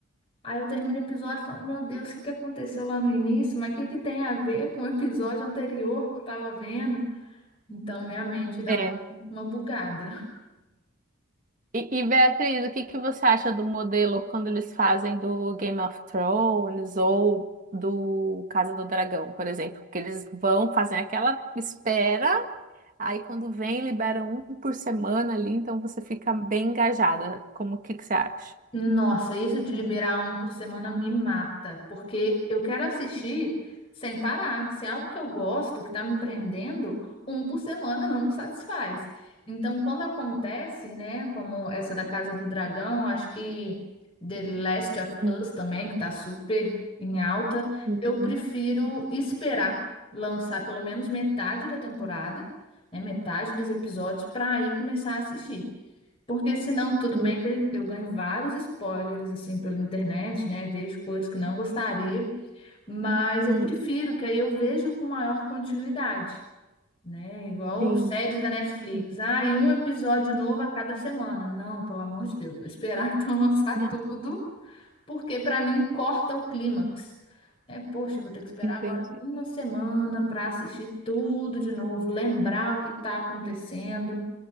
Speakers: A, on the left; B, on the right.
A: Aí eu termino o episódio e falo, meu Deus, o que que aconteceu lá no início? Mas o que que tem a ver com o episódio anterior que eu tava vendo? Então minha mente dá
B: É.
A: um- uma bugada.
B: E, e, Beatriz, o que que você acha do modelo quando eles fazem do Game of Thrones ou do Casa do Dragão, por exemplo? Que eles vão fazer aquela espera, aí quando vem, liberam um por semana ali, então você fica bem engajada. Como o que que você acha?
A: Nossa, isso de liberar um por semana me mata, porque eu quero assistir sem parar. Se é algo que eu gosto, que está me prendendo, um por semana não me satisfaz. Então, quando acontece, né, como essa da Casa do Dragão, acho que The Last of
B: Uhum,
A: Us também, que está super em alta,
B: uhum,
A: eu prefiro esperar lançar pelo menos metade da temporada, né, metade dos episódios, para aí começar a assistir. Porque senão, tudo
B: uhum,
A: bem que eu ganho vários spoilers, assim, pela internet, né? Vejo coisas que não gostaria, mas eu
B: uhum.
A: prefiro que aí eu vejo com maior continuidade, né? Igual
B: Sim,
A: séries da Netflix.
B: sim.
A: Ah, e um episódio novo a cada semana. Não, pelo amor de Deus, vou esperar <laughs> então lançar
B: <laughs>
A: tudo, porque para mim corta o clímax. É, poxa, eu vou ter que esperar
B: Entendi.
A: agora uma semana para assistir tudo de novo, lembrar o que está acontecendo.